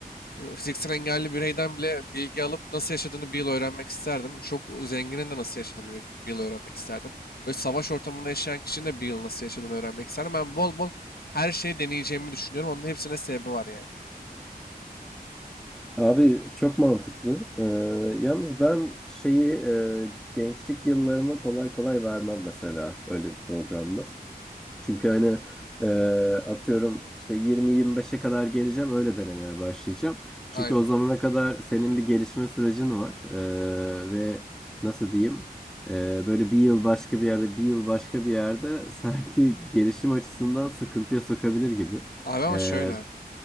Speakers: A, on the left; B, in the centre.
A: e, fiziksel engelli bireyden bile bilgi alıp nasıl yaşadığını bir yıl öğrenmek isterdim. Çok zenginin de nasıl yaşadığını bir bir yıl öğrenmek isterdim. Böyle savaş ortamında yaşayan kişinin de bir yıl nasıl yaşadığını öğrenmek isterdim. Ben bol bol her şeyi deneyeceğimi düşünüyorum. Onun hepsine sebebi var yani.
B: Ee, Abi çok mantıklı. Ee, yalnız ben şeyi e, gençlik yıllarıma kolay kolay vermem mesela öyle bir programda. Çünkü hani e, atıyorum işte yirmi 25e kadar geleceğim öyle denemeye başlayacağım. Çünkü
A: Aynen.
B: o zamana kadar senin bir gelişme sürecin var Ee, ve nasıl diyeyim Ee, böyle bir yıl başka bir yerde bir yıl başka bir yerde <laughs> sanki gelişim açısından sıkıntıya sokabilir gibi.
A: Abi ama
B: Ee,
A: şöyle.